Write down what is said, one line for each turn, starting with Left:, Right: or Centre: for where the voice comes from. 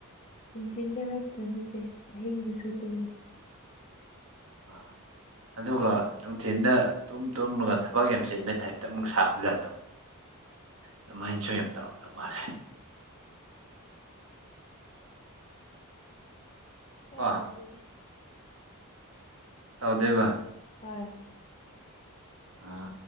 Left: ꯅꯨꯡꯊꯤꯗ ꯈꯛꯇ ꯅꯠꯇꯦ ꯑꯍꯤꯡꯗꯨꯁꯨ ꯇꯨꯝꯃꯦ
Right: ꯑ ꯑꯗꯨꯒ ꯅꯨꯡꯊꯤꯤꯟꯗ ꯇꯨꯝ ꯇꯨꯝꯂꯒ ꯊꯕꯛ ꯌꯥꯝ ꯆꯤꯟꯕ ꯇꯥꯏꯞꯇ ꯑꯃꯨꯛ ꯁꯥꯕ ꯖꯥꯠꯠꯇꯣ
Left: <inaudible>
Right: ꯑꯗꯨꯃꯥꯏꯅꯁꯨ ꯌꯥꯝ ꯇꯧꯔꯣꯝ ꯇꯧ ꯃꯥꯜꯂꯦ
Left: ꯍꯣꯏ
Right: ꯀꯣ
Left: ꯇꯥꯎꯗꯣꯏꯗ
Right: ꯇꯥꯎꯗꯦꯕ
Left: ꯍꯣꯏ
Right: ꯑꯥ